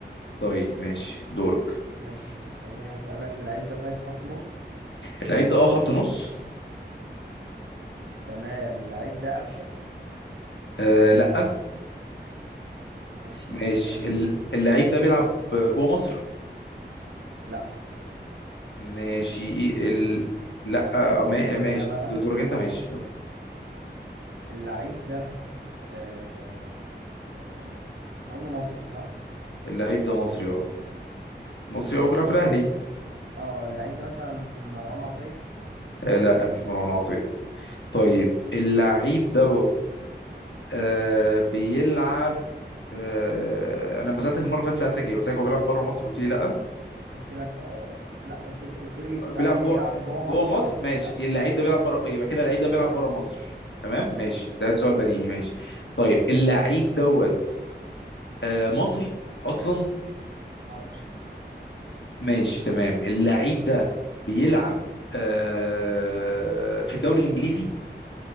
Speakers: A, on the left; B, on the right.
A: طيب ماشي دورك
B: ماشي خليني أسألك اللعيب ده طيب خط نص
A: اللعيب ده اه خط نص
B: تمام اللعيب ده قفشة
A: آه لا
B: ماشي
A: ماشي
B: اسألني
A: ال-
B: أنت
A: اللعيب ده بيلعب جوه مصر
B: لا
A: ماشي ال... لا آه، ما-
B: دورنا
A: ماشي
B: بقى
A: د- دورك انت
B: اه
A: ماشي يلا
B: اللعيب ده آه آه احنا قلنا مصري صح
A: اللعيب ده مصري اه مصري
B: ماشي
A: اه بيلعب في
B: اللعيب
A: الاهلي
B: اه اللعيب ده مثلا مروان عطية
A: آه لا مش مروان عطية طيب اللعيب ده آه بيلعب آه انا لما سالتك المره اللي فاتت سالتك ايه قلت لك هو بيلعب بره مصر قلت لي لا
B: قلت لك اه لا قلت قلت لي
A: آه،
B: سألتني
A: بيلعب جوه
B: بيلعب جوه
A: جوه
B: مصر
A: مصر
B: قلت
A: ماشي
B: لك لا
A: اللعيب ده بيلعب بره يبقى كده اللعيب ده بيلعب بره مصر تمام
B: بالظبط
A: ماشي ده سؤال
B: امم
A: بديهي ماشي طيب اللعيب دوت آه مصري اصلا
B: مصري
A: ماشي تمام اللعيب ده بيلعب آه في الدوري الانجليزي